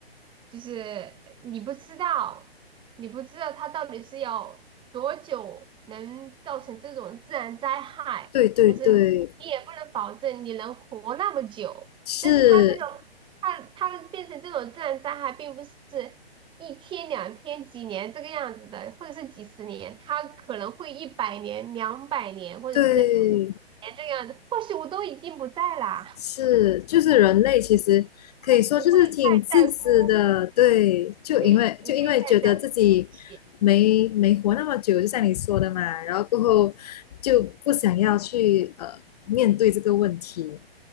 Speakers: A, on the right; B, on the left.
A: 就是呃你不知道，你不知道它到底是要多久能造成这种自然灾害，
B: 对对对，
A: 但是你你也不能保证你能活那么久。
B: 是，
A: 但是它这种它它变成这种自然灾害，并不是一天、两天、几年这个样子的，或者是几十年，他可能会一百年、两百年，或者是五年这个样子。
B: 对
A: 或许我都已经不在啦，
B: 是，就是人类其实可以说就是挺自私的，
A: 他不会太在乎，
B: 对，就因为就因为觉得自己没没活那么久，
A: 对，不会太在乎这个东西。
B: 就像你说的嘛，然后过后就不想要去呃面对这个问题，